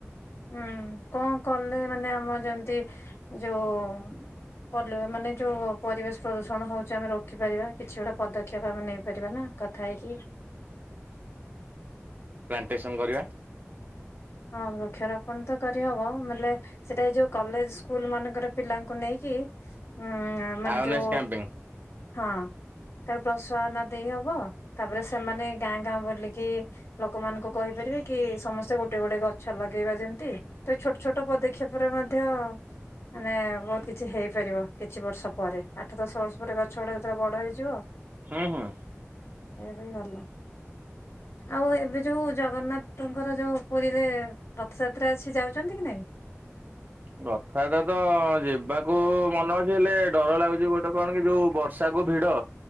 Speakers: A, on the left; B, on the right.
A: ହୁଁ କଣ କଲେ ମାନେ ଆମ ଯେମିତି ଯୋଉ ପର୍ଲେ ମାନେ ଯୋ ପରିବେଶ ପ୍ରଦୂଷଣ ହଉଚି ଆମେ ରୋକି ପାରିବା କିଛି ଗୋଟେ ପଦକ୍ଷେପ ଆମେ ନେଇପାରିବା ନା। କଥା ହେଇକି
B: ପ୍ଲାଣ୍ଟେସନ୍ କରିଆ।
A: ହଁ ବୃକ୍ଷରୋପଣ ତ କରିହବ ମାଲେ ସେଟା ଏଇ ଯୋଉ କଲେଜ ସ୍କୁଲ ମାନଙ୍କର ପିଲାଙ୍କୁ ନେଇକି ଉଁ ମାନେ
B: ଆୱାରନେସ୍
A: ଯୋ
B: କ୍ୟାମ୍ପିଙ୍ଗ
A: ହଁ। ତାଙ୍କୁ ପ୍ରୋତ୍ସାହନ ଦେଇ ହବ ତାପରେ ସେମାନେ ଗାଁ ଗାଁ ବୁଲିକି ଲୋକମାନଙ୍କୁ କହିପାରିବେ କି ସମସ୍ତେ ଗୋ ଗୋଟେ ଗୋଟେ ଗଛ ଲଗେଇବା ଯେମିତି ତ ଏ ଛୋଟ ଛୋଟ ପଦକ୍ଷେପରେ ମଧ୍ୟ ମାନେ ବହୁତ୍ କିଛି ହେଇପାରିବ କିଛି ବର୍ଷ ପରେ ଆଠ ଦଶ ବର୍ଷ ପରେ ଗଛ ଗୁଡା ଯେତେଳେ ବଡ ହେଇଯିବ
B: ହୁଁ ହୁଁ।
A: ଏୟା ବି ଭଲ ଆଉ ଏବେ ଯୋଉ ଜଗନ୍ନାଥଙ୍କର ଯୋଉ ପୁରୀରେ ରଥଯାତ୍ରା ଅଛି ଯାଉଚନ୍ତି କି ନାଇଁ?
B: ରଥାଯାତ୍ରା ତ ଯିବାକୁ ମନ ଅଛି ହେଲେ ଡର ଲାଗୁଛି ଗୋଟେ କଣ କି ଯୋଉ ବର୍ଷାକୁ ଭିଡ଼